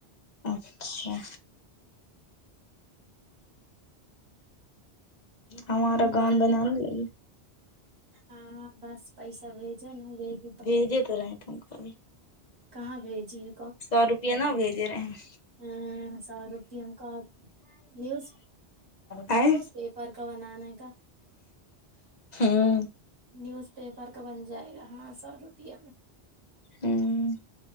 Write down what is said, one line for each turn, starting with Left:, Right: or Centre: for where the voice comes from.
Left: اچھا ہمارا گاؤان
Right: بار
Left: بنانا لے
Right: ہاں ہ بس پیسہ بھیجو ن بھی
Left: بھیجے تو رہے تم کو
Right: کہاں بھیجیے
Left: سو روپیہ نا بھیجے رہے ہیں
Right: ہاں سو روپ ہم کا نیوز
Left: ااے
Right: نیوز پیپر کا بنانے کا
Left: ہوں
Right: نیوز پیپر کا بن جائے گا ہاں سو روپیہ میں
Left: ہوں